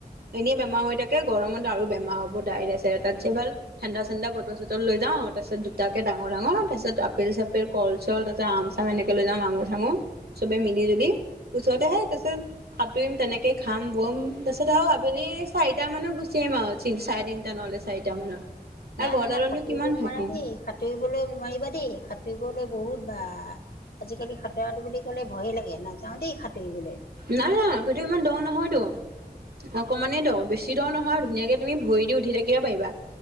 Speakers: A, on the right (about 80°); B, on the left (about 70°).
A: এনেই বেমাৰ হৈ থাকে গৰমত আৰু বেমাৰ হ'ব ডায়েৰিয়া-চাইৰিয়া তাতছে ভাল ঠাণ্ডা-চাণ্ডা বটল-চটল লৈ যাওঁ, তাৰপিছত দুটাকে ডাঙৰ-ডাঙৰ, তাৰপিছত আপেল-চাপেল কল-চল, তাৰপিছত আম-চাম, এনেকে লৈ যাম আঙুৰ চাঙুৰ চবে মিলি জুলি ওচৰতেহে তাৰিছত। সাঁতুৰিম তেনেকে খাম বম তাৰপিছত আৰু আবেলি চাৰিটা মানত গুচি আহম আওঁ। তি চাৰে তিনটা নহলে চাৰিটা মানত
B: না
A: আৰু
B: না
A: ঘৰদালতনো
B: না সাঁতুৰিব
A: কিমান
B: নোৱাৰা
A: থাকিম।
B: দেই সাঁতুৰিবলৈ নোৱাৰিবা দেই সাঁতুৰিবলৈ বহুত বা। আজিকালি সাঁতোৰাটো বুলি ক'লে ভয়ে লাগে, নাযাওঁ দেই সাঁতুৰিবলে।
A: নাই নাই সেইটো ইমান দ নহয়তো। অকণমানেই দৰ বেছি দৰ নহয় ধুনীয়াকে তুমি ভৰি দি উঠি থাকিবা পাৰিবা।